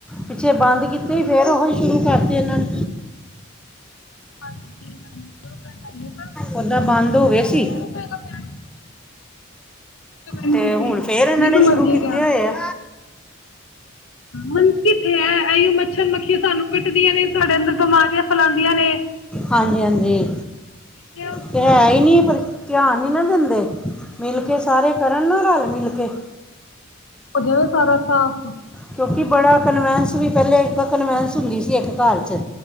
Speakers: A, in the centre; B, on the left.
A: ਪਿੱਛੇ ਬੰਦ ਕੀਤੇ ਫਿਰ ਉਹ ਹੀ ਸ਼ੁਰੂ ਕਰਤੇ ਇਹਨਾਂ ਨੇ
B: ਹਾਂਜੀ -ਹਾਂਜੀ ਉਹ ਕਰ ਲਗੇ
A: ਓਦਾ ਬੰਦ ਹੋ ਗਏ ਸੀ
B: ਉ ਕੇਹੇਗੇ ਮੈਂ ਨੀ ਨੀ
A: ਤੇ
B: ਸੁੱਤੀ
A: ਹੁਣ ਫੇਰ ਇਹਨਾਂ
B: ਜਿਹਨੂੰ
A: ਨੇ ਸ਼ੁਰੂ
B: ਮਰਜ਼ੀ
A: ਕੀਤੇ
B: ਕਹਿਣਾ
A: ਹੋਏ ਏ।
B: ਹੁਨ ਕਿੱਥੇ ਐ? ਇਹੀ ਮੱਛਰ ਮੱਖੀਆਂ ਸਾਨੂੰ ਕੱਟਦੀਆਂ ਨੇ ਸਾਡੇ ਅੰਦਰ ਬਿਮਾਰੀਆਂ ਫੈਲਾਉਂਦੀਆਂ ਨੇ!
A: ਹਾਂਜੀ -ਹਾਂਜੀ!
B: ਜੇ ਉਹ ਸਮਝਾਵੇ
A: ਤੇ ਹੈ ਹੀ
B: ਕੌਣ
A: ਨਹੀਂ ਪਰ ਧਿਆਨ ਨੀ ਨਾ ਦਿੰਦੇ ਮਿਲ ਕਿ ਸਾਰੇ ਕਰਨ ਨਾ ਰਲ- ਮਿਲ ਕੇ
B: ਹੋ ਜੇਗਾ ਸਾਰਾ ਸਾਫ਼?
A: ਕਿਉਂਕਿ ਬੜਾ ਕਨਵੈਂਸ ਵੀਪਹਿੇਲੇ ਇੱਕ ਕਨਵੈਂਸ ਹੁੰਦੀ ਸੀ ਇੱਕ ਘਰ 'ਚ